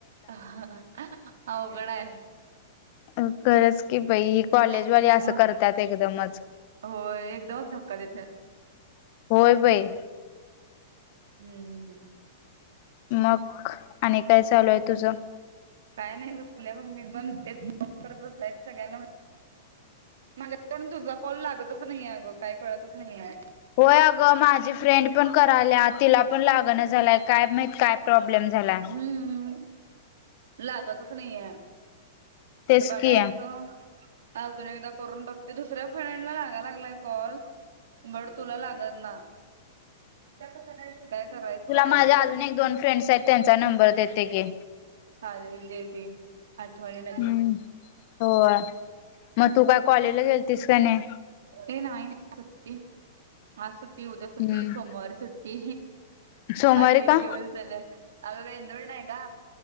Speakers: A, on the right (about 70°); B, on the left (about 50°).
A: हा हा अवघड आहे.
B: खरंच की बाई. कॉलेजवाली
A: हम्म
B: असं करत्यात एकदमच.
A: होय एकदमच धक्का देतात
B: होय बाई.
A: हम्मम.
B: मग, आणि काय चालू आहे तुझं?
A: काय नाही बसल्या बघ मी पण तेच फोन करत बसायचं सगळ्यांना माझ्याकडून तुझा कॉल लागतच नाहीये, आगं काय कळतच नाही आहे.
B: होय अगं, माझी फ्रेंड पण करायल्या तिला पण लागना झालाय. काय माहित काय प्रॉब्लेम झालाय.
A: हम्म. लागतच नाहीये,
B: तेच
A: कुठ बघायचं?
B: की
A: अजून एकदा करून बघते दुसऱ्या फ्रेंडला लागाय लागलाय कॉल. बड तुला लागत ना? काय करायचं?
B: तुला
A: काय कळना
B: माझ्या अजून एक दोन फ्रेंड्स आहेत त्यांचा नंबर देते की.
A: चालेल दे दे आठवणीन
B: हम्म
A: दे.
B: होय. मग तू काय कॉलेजला गेलतीस का नाही?
A: ए नाही सुट्टी. आज सुट्टी, उद्या सुट्टी,
B: हम्म
A: सोमवारी सुट्टी
B: सोमवारी
A: आज तीन
B: का
A: दिवस सलग अगं वेंडोर नाही का?